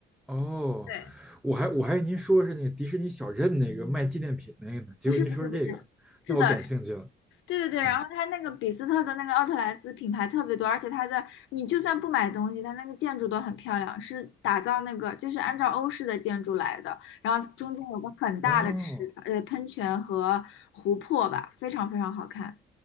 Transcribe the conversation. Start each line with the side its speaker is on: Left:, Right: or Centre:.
Centre: 哦，
Left: 对，
Centre: 我还我还以为您说是那个迪士尼小镇那个卖纪念品那个呢，结果您说是这个，
Left: 不是不是不是，是的，
Centre: 那我感兴趣了。
Left: 对对对，然后它那个比斯特的那个奥特莱斯品牌特别多，
Centre: 嗯，
Left: 而且它的你就算不买东西，它那个建筑都很漂亮，是打造那个就是按照欧式的建筑来的，然后中间有个很大的池呃喷泉和湖泊吧，
Centre: 哦。
Left: 非常非常好看。